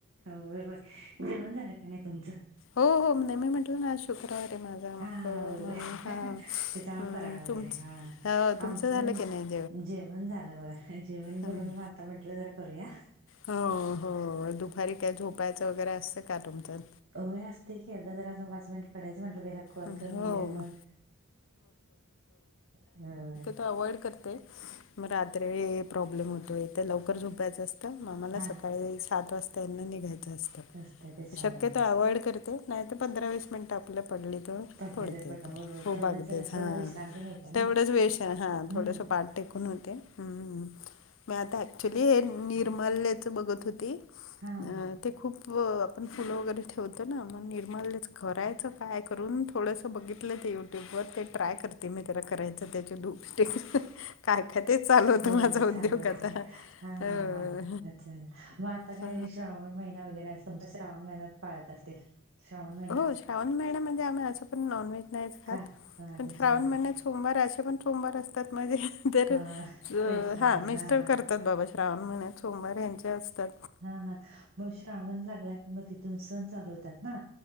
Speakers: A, on the right; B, on the left.
A: होय होय जेवण झालं काय नाय तुमचं?
B: हो हो मी म्हटल ना. शुक्रवार आहे माझा मग
A: हा हा होय
B: म्हणून
A: होय
B: हा.
A: त्याच्यामुळे
B: हम्म
A: फराळ वगैरे.
B: तुमच
A: हा.
B: हो तुमचं
A: आमचं
B: झालं
A: पण
B: की नाही
A: जेवण झालं बघा. जेवण करून
B: हम्म
A: वा आत्ता म्हटल जरा करुया.
B: हो हो दुपारी काय झोपायचं वगैरे असतं का तुमच्यात?
A: होय असतय की आता जरा अस पाच मिनट पडायंच म्हटलं कॉल
B: हो
A: करून घेऊन मग. अ
B: अव्हाइड करते मग रात्री प्रॉब्लेम होतोय ते लवकर झोपायचं असत. म मला
A: हा
B: सकाळी सात वाजताना हितन निघायचं असतं.
A: असते त्याच्यामुळं
B: शक्यतो अव्हइड करते. नाही तर पंधरा वीस मिनिट आपल पडले. तर
A: पडलं
B: पडते
A: तर पडलं
B: आपले
A: होय होय
B: खूप
A: तेवढंच
B: अगदीच
A: जर असं
B: हा
A: विश्रांती मिळते ना
B: तेवढंच वेश हा
A: हम्म
B: थोडंसं पाठ टेकून हम्म‌. मग आता ऍक्चुली निर्मल्याचं बघत होती.
A: हां,
B: अ
A: हां.
B: ते खूप आपण फुलं वगैरे ठेवतो ना मग निर्मलेच करायचं काय? करून थोडंसं बघितलं ते युट्यूबवर ते ट्राय करते मी त्याला करायचं त्याचे धूप. स्टे. काय काय तेच चालू होतं
A: होय
B: माझा उद्योग
A: चालेल,
B: आता
A: चालेल. हां,
B: अ.
A: हां, हां. अच्छा, अच्छा. मग आता काय
B: अ,
A: श्रावण महिना वगैरे अस तुमच्या श्रावण महिन्यात पाळत असतील. श्रावण महिना
B: हो श्रावण महिन्यामध्ये आम्ही असं पण नॉनव्हेज नाहीच
A: का
B: खात.
A: हां,
B: पण
A: त्याच्यामुळं
B: श्रावण महिन्यात सोमवार असे पण सोमवार असतात माझे तर
A: हां, त्याच्यामुळं
B: हां मिस्टर
A: हां.
B: करतात बाबा श्रावण महिन्यात सोमवार ह्यांचे असते.
A: हा. हा. मग श्रावण लागला की मग तिथून सण चालू होतात ना.